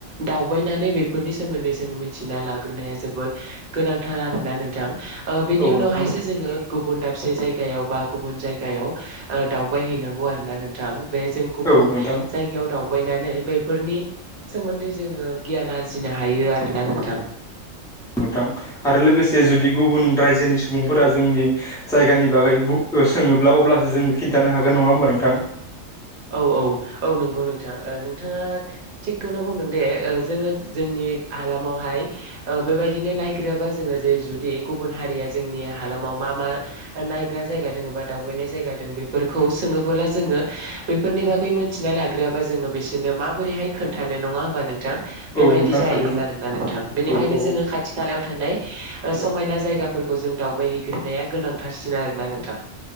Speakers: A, on the right (about 50°); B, in the centre.
A: दावबायनानै बेफोरनि सोमोन्दै जों मिन्थिना लाग्रोनाया जोबोद गोनांथार आरोना नोंथां बेनि
B: औ
A: उनावहायसो
B: नोंथां
A: जोङो गुबुन दाबसे जायगायाव बा गुबुन जायगायाव दावबाय हैैनांगौ आरो ना नोंथां बे जों गुबुन
B: औ नोंथां
A: जायगायाव दाउ दगायनानै बैफोरनि सोमोन्दै जोङो गियान आरजिनो हायो आरोना नोंथां ।
B: नोंथां आरो लोगोसे जुदि
A: औ
B: गुबुन रायजोनि सुबुंफोरा जोंनि जायगानि बागै सोङोब्ला अब्लासो जोङो खिन्थानो हागोन नङा होमबा नोंथां?
A: औ औ औ नंगौ ओ नोंथाङा थिगखौनो बुंदों दे जोङो जोंनि हालामावहाय बेबायदिनो नायग्रोबा जोङो जे जुदि गुबुन हारिया जोंनि हालामाव मा मा नायग्रा जायगा दङ बा दावबायनाय जायगा दं बेफोरखौ सोङो। थबोला जोङो बेफोरनि बागै मोनथिना लाग्रोआबा जोङो बिसोरनो माबोरैहाय खोन्थानो नङा होमबा नोंथां?
B: औ
A: बेबायदि
B: नोंथां
A: जाहैगोन
B: थारैनो
A: आरोना नोंथां बेनिखायनो
B: औ औ
A: जोङो खाथि खालायाव थानाय समायना जायगाफोरखौ जों दावबायहैग्रोना गोनांथारसिन आरोना नोंथां ।